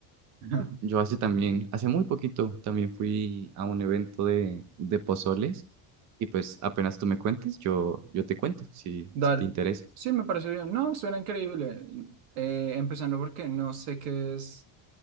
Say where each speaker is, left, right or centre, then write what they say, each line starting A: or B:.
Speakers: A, on the right (about 85°); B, on the right (about 35°).
A: Ajá.
B: Yo hace también, hace muy poquito, también fui a un evento de, de pozoles y pues apenas tú me cuentes, yo, yo te cuento si,
A: <laughs> Dale.
B: si te interesa.
A: Sí, me parece bien. No, suena increíble. Eh, empezando porque no sé qué es